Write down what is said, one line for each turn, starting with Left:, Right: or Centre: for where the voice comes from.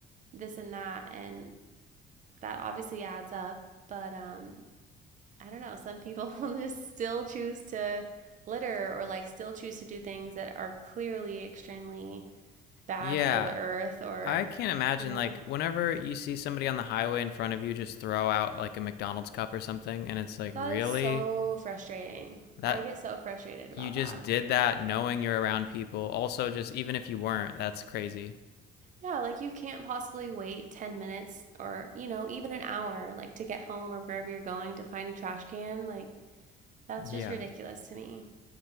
Right: this and that. And that obviously adds up. But um, I don't know, some people <laughs> just still choose to litter or like still choose to do things that are clearly extremely bad
Left: Yeah,
Right: for the earth or,
Left: I can't imagine
Right: you know,
Left: like whenever you see somebody on the highway in front of you just throw out like a McDonald's cup or something and it's like
Right: that
Left: really
Right: is so frustrating.
Left: that
Right: I get so frustrated about
Left: you just
Right: that.
Left: did that knowing you're around people. Also just even if you weren't, that's crazy.
Right: Yeah, like you can't possibly wait 10 minutes or, you know, even an hour, like to get home or wherever you're going to find a trash can. Like, that's
Left: Yeah.
Right: just ridiculous to me.